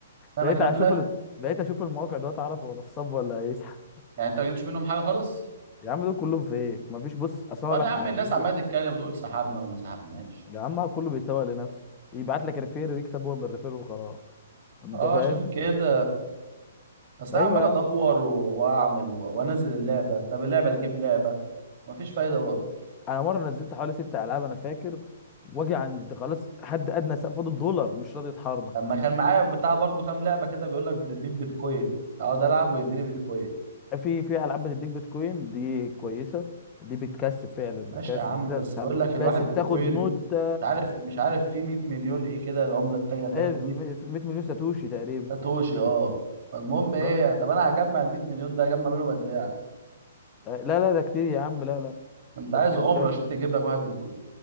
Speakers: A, on the right; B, on the left.
A: سنه
B: بقيت
A: كامله
B: اشوف ال... بقيت اشوف المواقع دلوقتي اعرف هو نصاب ولا هيسحب
A: يعني انت ما جبتش منهم حاجه خالص
B: يا عم دول كلهم فيك مفيش بص اصل
A: امال
B: أنا اقول
A: يا
B: لك
A: عم
B: حاجه
A: الناس عماله تتكلم وتقول سحبنا وما سحبناش
B: يا عم أه، كله بيسوق لنفسه يبعت لك ريفير ويكسب هو من الريفير وخلاص انت
A: اه
B: فاهم
A: عشان كده اصل
B: ايوه
A: انا عمال
B: يا
A: ادور
B: عم
A: و- واعمل و- وانزل اللعبه طب اللعبه تجيب لعبه مفيش فايده برضه
B: انا مره نزلت حوالي ست العاب انا فاكر واجي عند خلاص حد ادنى سقف فاضل دولار مش راضي يتحرك
A: لما كان معايا بتاع برضه كام لعبه كده بيقول لك بتديك بيتكوين اقعد العب ويديني بيتكوين
B: في في العاب بتديك بيتكوين دي كويسه دي بتكسب فعلا بتكسب
A: ماشي يا عم
B: بتقدر
A: بس
B: تسحب
A: بيقول لك الواحد
B: بس بتاخد
A: بيتكوين
B: مده
A: مش عارف مش عارف في 100 مليون ايه كده العمله التانيه بتاعته
B: آه، م-
A: دي
B: في 100 مليون ساتوشي تقريبا
A: ساتوشي اه فالمهم ايه
B: اه
A: طب انا هجمع ال 100 مليون ده هجمع منهم قد ايه
B: آه، لا لا ده كتير يا عم لا لا
A: انت
B: ده
A: عايز
B: كتير
A: عمره
B: فعلا
A: عشان تجيب لك واحد بيتكوين